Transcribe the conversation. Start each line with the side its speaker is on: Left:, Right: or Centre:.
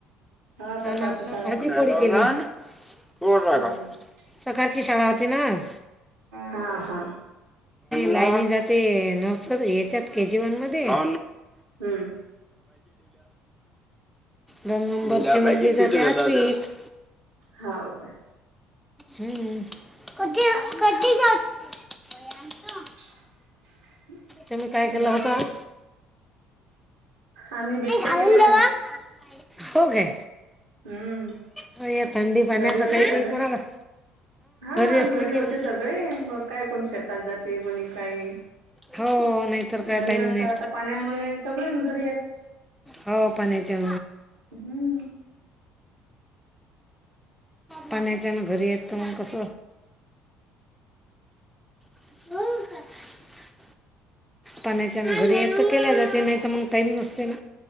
Right: सकाळची
Centre: हा ना
Right: शाळा
Centre: का
Right: होती
Centre: भाजी कडी केली. <unintelligible>
Right: हम्म
Centre: सकाळची शाळा होती ना आज.
Right: हा हा.
Centre: लायनी जाते नर्सर ह्याच्यात के जी वन मध्ये <inaudible>
Right: हम्म
Centre: दोन नंबरची मुलगी जाते आठवीत.
Right: हाव का?
Centre: हम्म. <inaudible>
Right: <inaudible>
Centre: तुम्ही काय केलं
Right: बाकी
Centre: होतं आज?
Right: आम्ही बिट्या
Centre: घालून
Right: केल्या
Centre: देवा.
Right: आज.
Centre: हो काय?
Right: उम,
Centre: हो या थंडी पाण्याचं
Right: घरी होते
Centre: काही
Right: सगळे.
Centre: काही करा लाग
Right: हा
Centre: असले
Right: घरी
Centre: की
Right: होते
Centre: मग
Right: सगळे मग काय कोणी शेतात जाते. कोणी काही?
Centre: हो नाहीतर काय
Right: घरी
Centre: टाईम
Right: नसतात
Centre: नाही
Right: आता पाण्यामुळे सगळेच घरी आहेत.
Centre: हो. पाण्याच्या
Right: हम्म.
Centre: पाण्याच्या ना घरी य त मग कस? <inaudible> पाण्याच्या हे ना घरी येत तर केल्या जाते नाही तर मग टाईम नसते ना.